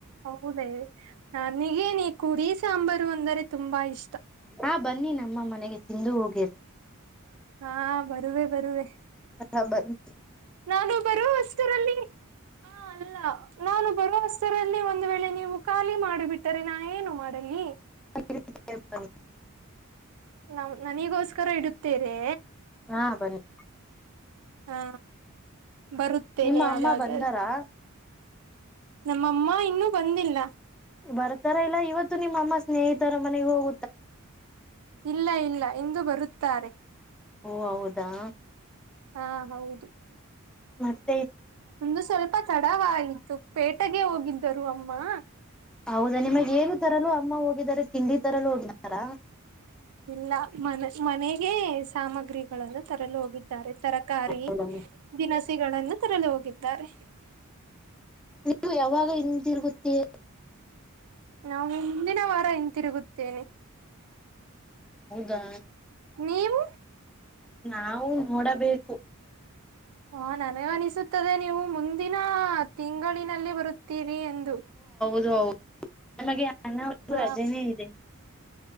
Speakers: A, on the right; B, in the centre.
A: ಹೌದೇ, ನನಗೇನ ಕುರಿ ಸಾಂಬಾರು ಅಂದರೆ ತುಂಬಾ ಇಷ್ಟ
B: ಹಾ, ಬನ್ನಿ ನಮ್ಮ ಮನೆಗೆ ತಿಂದು ಹೋಗೇರೆ,
A: ಹಾ, ಬರುವೆ- ಬರುವೆ.
B: ಹಾ ಬನ್ನಿ
A: ನಾನು ಬರುವಷ್ಟರಲ್ಲಿ, ಹಾ, ಅಲ್ಲ ನಾನು ಬರುವಷ್ಟರಲ್ಲಿ ಹೆಸರಲ್ಲಿ ಒಂದ್ ವೇಳೆ ನೀವು ಖಾಲಿ ಮಾಡಿ ಬಿಟ್ಟರೆ ನಾ ಏನು ಮಾಡಲಿ.
B: <unintelligible>
A: ನ, ನನೀಗೋಸ್ಕರ ಇಡುತ್ತೇರೆ,,
B: ಹಾ, ಬನ್ನಿ-
A: ಹಾ, ಬರುತ್ತೇನೆ
B: ನಿಮ್ಮ
A: ಹಾಗಾದರೆ.
B: ಅಮ್ಮ ಬಂದಾರಾ
A: ನಮ್ಮಮ್ಮ ಇನ್ನೂ ಬಂದಿಲ್ಲ.
B: ಬರ್ತಾರ ಇಲ್ಲ ಇವತ್ತು ನಿಮ್ಮ ಅಮ್ಮ ಸ್ನೇಹಿತರ ಮನೆಗೆ ಹೋಗ
A: ಇಲ್ಲ- ಇಲ್ಲ ಇಂದು ಬರುತ್ತಾರೆ‌
B: ಓ, ಹೌದಾ!
A: ಹಾ, ಹೌದು-
B: ಮತ್ತ <inaudible>
A: ಒಂದು ಸ್ವಲ್ಪ ತಡಾವ ಆಯತು ಪೇಟೆಗೆ ಹೋಗಿದ್ದರು ಅಮ್ಮಾ.
B: ಹೌದಾ, ನಿಮಗ್ ಏನು ತರಲು ಅಮ್ಮ ಹೋಗಿದ್ದಾರೆ ತಿಂಡಿ ತರಲೂ ಹೋಗಿದ್ದಾರಾ.
A: ಇಲ್ಲ ಮ, ಮನೆಗೆ ಸಾಮಗ್ರಿಗಳನ್ನು ತರಲು ಹೋಗಿದ್ದಾರೆ. ತರಕಾರಿ
B: ಹೌದಮ್ಮ
A: ದಿನಸಿಗಳನ್ನು ತರಲು ಹೋಗಿದ್ದಾರೆ.
B: ನೀವು ಯಾವಾಗ ಹಿಂದಿರುಗುತ್ತೀ
A: ನಾ ಮುಂದಿನ ವಾರ ಹಿಂತಿರುಗುತ್ತೇನೆ.
B: ಹೌದಾ,
A: ನೀವು
B: ನಾವು ನೋಡಬೇಕು.
A: ಹಾ ನನಗಅನಿಸುತ್ತ- ನೀವು ಮುಂದಿನ ತಿಂಗಳಿನಲ್ಲಿ ಬರುತ್ತೀರಿ ಎಂದು.
B: ಹೋ <unintelligible>
A: ಹ
B: ರಜೆನೇ ಇದೆ.